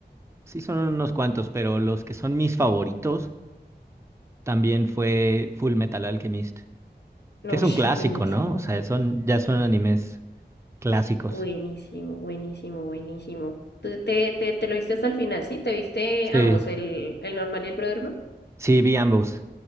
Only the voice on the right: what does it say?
sí son unos cuantos, pero los que son mis favoritos también fue Full Metal Alchemist,
que es un
clásico,
¿no? O sea, son, ya son animes clásicos.
Sí,
sí, vi ambos.